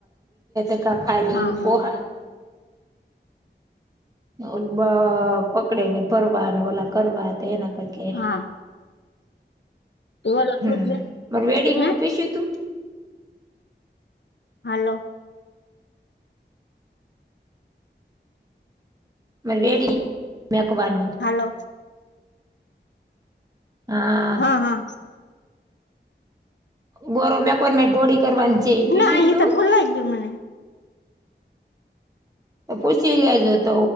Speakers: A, on the right; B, on the left.
A: <unintelligible> ત ખાય
B: હા
A: એ પોહાય
B: હા.
A: ઓલું બ પકડે ને ભરવા અને ઓલા કરવા તેના કરકે
B: હા બોલો
A: હમ્મ
B: બીજું
A: માર વેડિંગું
B: હે
A: પીસયુ તું
B: હલો.
A: મે રેડી મેકવારની
B: હલો.
A: હા.
B: હા-હા.
A: બોરો મેકો મે ગોળી કરવાની છે ઈ પીસ્યું
B: ના ઈતો
A: તું
B: ભૂલાઈ ગયું મને
A: પૂછી લેજો તો